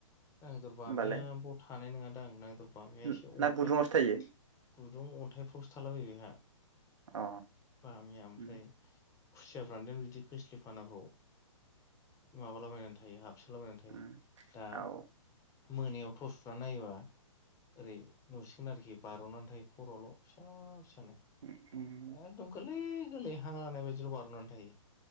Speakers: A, on the left (about 20°); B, on the right (about 65°).
A: नांदर बामिया
B: होमबालाय
A: बाव थानाय नङादां नांदर बामिया
B: ना
A: एसे अन्थाइ
B: गुदुङावसो थायो
A: गुदुं अन्थाइफ्रावसो थालाबाय बेहा
B: अ
A: बामिया ओमफ्राय
B: उम
A: खुसियाफ्रान दोन बिदि खोस्लिफानाफ्राव माबाला बायनानै थायो हाबसोलाबायनानै थायो
B: उम
A: दा
B: औ
A: मोनायाव टर्सना नायबा। औरै नुसि बारना आरोखि बारनानै थायो खरल फिसा फिसा।
B: उम उम
A: <unintelligible> एकदम गोरलै गोरलै। गोरलै हां लानायबायदिल बारनानै थायो।